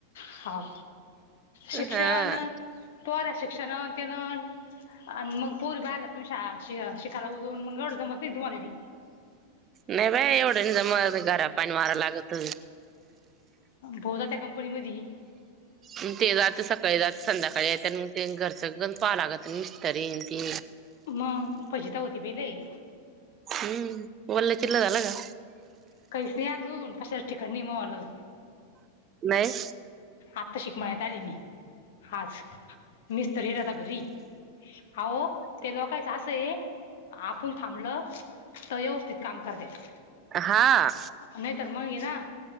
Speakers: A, on the left; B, on the right.
A: हाव शिक्षण
B: हा
A: आणि पोर शिक्षण त्यान आणि मग पोरी बाहेरला तून शाळा शिका शिकायला उजवून मग एवढं जमत नाही तुम्हाला बी.
B: नाही बाई एवढं नाही जमत, घरा पायीण वार लागत.
A: पोर त्या कंपनी मधी.
B: मग ते जात सकाळी जात आणि संध्याकाळी येत आणि मग ते घरचं गंज पाहाव लागत मिस्तरीन ते
A: मग फजिता होते बाई लई.
B: हम्म वल्ल चिल्ल झालं का?
A: काहीस नाही अजून, कशाच ठिकाण नाही माझ्या वाल.
B: नाही.
A: आताशी क मळ्यात आली मी आज, मिस्तरी राहता घरी. अहो ते लोकांच असय आपण थांबलं. तो व्यवस्थित काम करतात.
B: हा..
A: नाही तर मग हे ना